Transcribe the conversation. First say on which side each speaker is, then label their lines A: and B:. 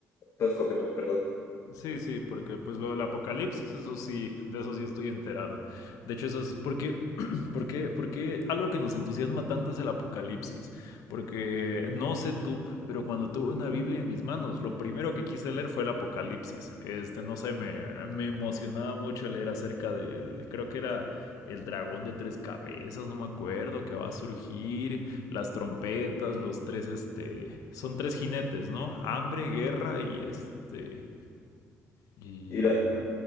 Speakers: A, on the left; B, on the left.
A: Entonces, continúa, perdón.
B: Sí, sí, porque pues lo del apocalipsis, eso sí, de eso sí estoy enterado. De hecho, eso es porque, <clears throat> porque, porque algo que nos entusiasma tanto es el apocalipsis. Porque no sé tú, pero cuando tuve una Biblia en mis manos, lo primero que quise leer fue el apocalipsis. Este, no sé, me, me emocionaba mucho leer acerca del, creo que era el dragón de tres cabezas, no me acuerdo, que va a surgir, las trompetas, los tres, este, son tres jinetes, ¿no? Hambre, guerra y este... Y...
A: Eh,
B: ¿cuál?